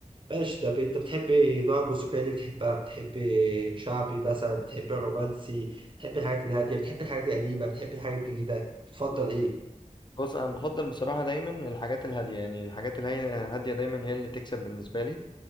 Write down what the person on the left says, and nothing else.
بص انا بفضل بصراحة دايما الحاجات الهادية يعني الحاجات الهي- الهادية دايما هي اللي تكسب بالنسبة لي